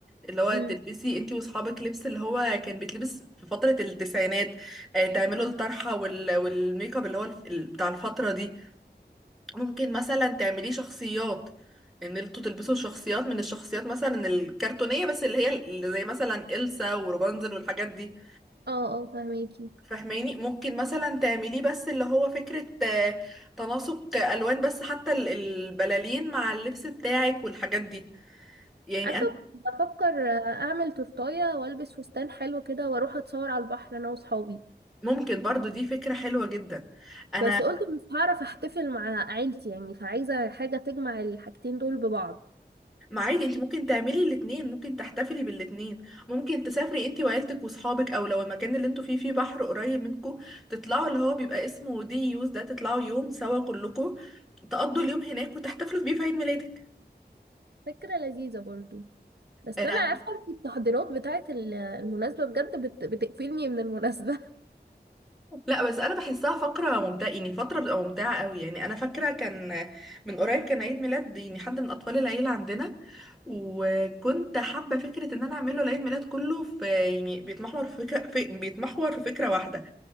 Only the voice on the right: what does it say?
امم
اه اه فهميكي
عارفة
كنت بفكر أعمل تورتاية وألبس فستان حلو كده وأروح أتصور على البحر أنا وصحابي
بس قلت مش هعرف أحتفل مع عيلتي يعني فعايزة حاجة تجمع الحاجتين دول ببعض
فكرة لذيذة برضو بس
أنا عارفة أنت التحضيرات بتاعة ال- المناسبة بجد بت... بتقفلني من المناسبة